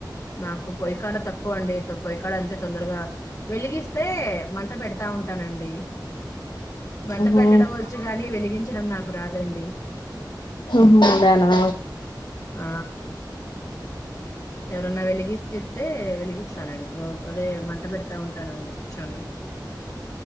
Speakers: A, on the left; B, on the left.
A: నాకు పొయ్యికాడ తక్కువ అండి త పొయ్యికాడ అంతే తొందరగా వెలిగిస్తే మంట పెడతా ఉంటానండి మంట
B: ఉహు
A: పెట్టడం వచ్చు గాని వెలిగించ చడం నాకు రాదండి
B: ఉహూ అలానా
A: ఆ ఎవరన్నా వెలిగి చెప్తే వెలిగిస్తానండి ఔ.. అదే మంట పెడతా ఉంటానండి కూర్చొని